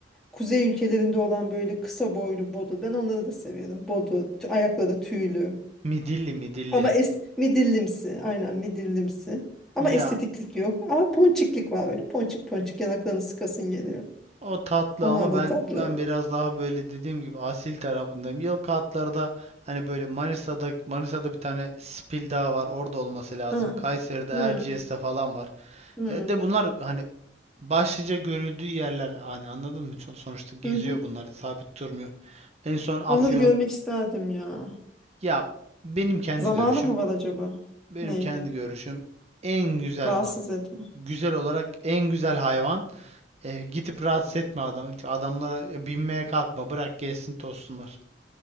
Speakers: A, in the centre; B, on the right (about 35°).
A: Kuzey ülkelerinde olan böyle kısa boylu bodu. Ben onları da seviyorum. Bodu, tü- ayakları tüylü.
B: midilli midilli.
A: Ama es midillimsi. Aynen midillimsi. Ama
B: Ya
A: estetiklik yok. Ama ponçiklik var böyle. Ponçik ponçik yanaklarını sıkasın geliyor.
B: O tatlı
A: Onlar
B: ama ben
A: da tatlı.
B: ben biraz daha böyle dediğim gibi asil tarafındayım. Yılkı atlarda hani böyle Manisa'da Manisa'da bir tane Spil Dağı var. Orada olması lazım.
A: Hı.
B: Kayseri'de
A: Hı.
B: Erciyes'te falan var.
A: Hı.
B: E de bunlar hani başlıca görüldüğü yerler hani anladın mı? Son- Sonuçta geziyor
A: Hı hı.
B: bunlar sabit durmuyor. En son Afyon
A: Onları görmek isterdim ya.
B: ya benim kendi
A: Zamanı
B: görüşüm
A: mı var acaba?
B: benim
A: Ney?
B: kendi görüşüm en güzel
A: Rahatsız
B: bak
A: etme.
B: güzel olarak en güzel hayvan E, gidip rahatsız etme adam. Adamlara binmeye kalkma. Bırak gelsin tozsunlar.